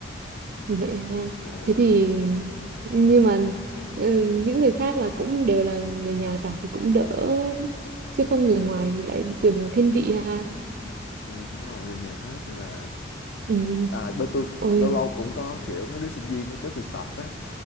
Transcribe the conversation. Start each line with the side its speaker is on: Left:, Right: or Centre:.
Right: vậy ha
Left: Ờ,
Right: thế thì nhưng mà ừ, những người khác là cũng đều là người nhà cả thì cũng đỡ chứ không người ngoài thì lại tưởng là thiên vị ha
Left: ừ, đúng rồi người nhà hết nên là
Right: ừ
Left: à, bên tôi
Right: ôi
Left: lâu lâu cũng có kiểu mấy đứa sinh viên nó tới thực tập á